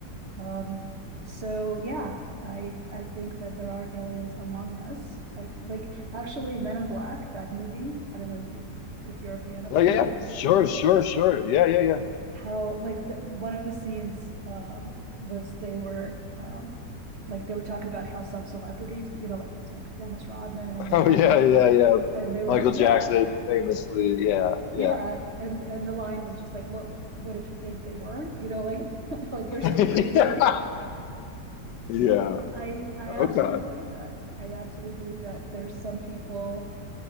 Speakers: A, on the right (about 40°); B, on the left (about 75°).
A: Um, so yeah, I I think that there are aliens among us. I like actually Men in Black, that movie. I don't know if you if you're a fan of
B: Yeah,
A: that
B: yeah,
A: movie
B: yeah.
A: or
B: Sure,
A: seen it.
B: sure, sure. Yeah, yeah, yeah.
A: how like the, one of the scenes um was they were um like they were talking about how some celebrities, you know, like it was like Dennis Rodman and
B: <laughs>
A: Madonna,
B: Oh yeah, yeah, yeah.
A: and they were
B: Michael
A: like,
B: Jackson
A: yeah,
B: famously, yeah, yeah.
A: yeah, and and the line was just like, what what did you think they weren't? You know, like <laughs> like they're so
B: <laughs>
A: crazy,
B: Yeah. Yeah.
A: and I I
B: Okay.
A: absolutely believe that. I absolutely believe that there's some people